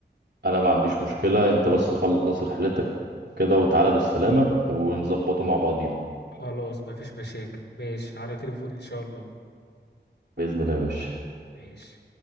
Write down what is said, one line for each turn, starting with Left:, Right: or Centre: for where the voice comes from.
Right: انا ما عنديش مشكلة انت بس خلص رحلتك كده وتعالى بالسلامة ونظبطه مع بعضينا
Left: خلاص مفيش مشاكل ماشي على تليفوني ان شاء الله
Right: بإذن الله يا باشا
Left: ماشي